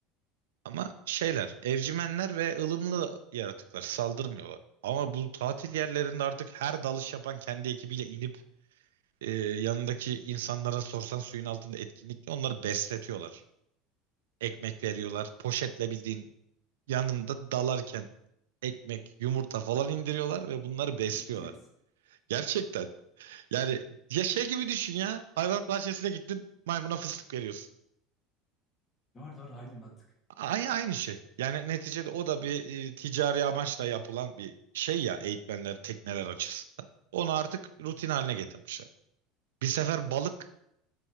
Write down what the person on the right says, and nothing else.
Ama şeyler, evcimenler ve ılımlı yaratıklar saldırmıyorlar. Ama bu tatil yerlerinde artık her dalış yapan kendi ekibiyle inip e, yanındaki insanlara sorsan suyun altında etkinlikle onları besletiyorlar. Ekmek veriyorlar. Poşetle bildiğin yanında dalarken ekmek, yumurta falan indiriyorlar ve bunları besliyorlar.
Gerçekten Yani ya şey gibi düşün ya. Hayvanat bahçesine gittin, maymuna fıstık veriyorsun.
Aynı aynı şey. Yani neticede o da bir e, ticari amaçla yapılan bir şey ya eğitmenler, tekneler açısından. Onu artık
rutin
haline getirmişler. Bir sefer balık